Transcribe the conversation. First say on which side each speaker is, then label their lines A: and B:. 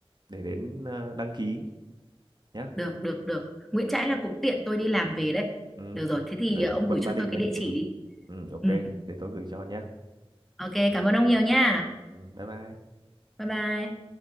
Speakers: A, on the right; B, in the centre.
A: để đến ờ, đăng ký nhá
B: được được được. Nguyễn Trãi là cũng tiện tôi đi làm về đấy.
A: ừ
B: Được rồi, thế thì
A: đấy
B: ờ,
A: là
B: ông
A: quận
B: gửi
A: Ba
B: cho
A: Đình
B: tôi
A: đấy
B: cái địa
A: ừ
B: chỉ đi.
A: ừ ok
B: Ừ,
A: để tôi gửi cho nhá
B: ok, cảm ơn ông nhiều nha.
A: ừ, bye bye
B: Bye bye.